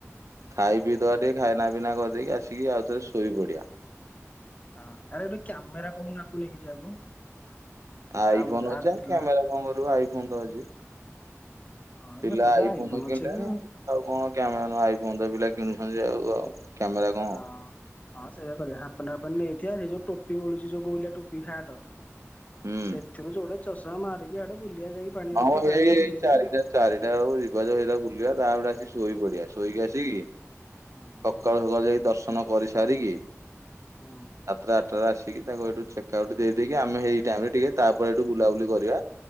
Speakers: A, on the right (about 70°); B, on the left (about 30°).
A: ଖାଇ ପିଇ
B: ହଁ
A: ଦବା ଟିକେ ଖାଇନା ପିନା କରିଦେଇକି ଆସିକି ଆଉ ଥରେ ଶୋଇ ପଡିଆ।
B: ହଁ ଆରେ ଗୋଟେ କ୍ୟାମେରା କହୁନୁ ଆକୁ ନେଇକି ଯିବାକୁ।
A: ଆଇ
B: ଆଉ
A: ଫୋନ୍ ଅଛି
B: ଆର ଯୋଉ
A: ଆଉ
B: ଥିଲା
A: କ୍ୟାମେରା କଣ କରିବୁ, ଆଇ ଫୋନ ତ ଅଛି
B: ହଁ
A: ପିଲା
B: ତୋର ତ
A: ଆଇଫୋନ କିଣିଲେଣି।
B: ଅଛି ଏବେ
A: ଆଉ କଣ କ୍ୟାମେରା ଆଇଫୋନ ପିଲା କିଣୁଛନ୍ତି ତ ଆଉ ଆଉ କ୍ୟାମେରା କଣ
B: ହଁ ହଁ ସେଇଆ କରିବା ହାପ ପ୍ୟାଣ୍ଟ ନେଇଥିବା ସେ ଯୋଉ ଟ ଟୋପି ମିଳୁଛି ଯୋଉ ଗୋଲିଆ ଟୋପି ହାଟ,
A: ହୁଁ
B: ସେଥିରୁ ଯୋଡେ ଚଷମା ମାରିକିଆଡେ ବୁଲିବା ଯାଇକି ପାଣି
A: ହଁ
B: ମାରିକି ପାଣିରେ
A: ଏଇ
B: ଭୁଲେଇ
A: ଚାରିଟା
B: ଦେଵି।
A: ଚାରିଟା ବେଳକୁ ଯିବା ଯ ସେଇଟା ବୁଲିବା ତାପରେ ଆସିକି ଶୋଇ ପଡିବା ଶୋଇକି ଆସିକି
B: ହଁ
A: ସକାଳୁ ସକାଳୁ ଯାଇ ଦର୍ଶନ କରି ସାରିକି
B: ହୁଁ
A: ସାତା ଆଠ ଟା ଆସିକି ତାକୁ ଏଠୁ ଚେକ ଆଉଟ ଦେଇକି ଆମେ ହେଇ ଟାଇମ ଟିକେ ତାପରେ ଏଇଠୁ ବୁଲାବୁଲି କରିବା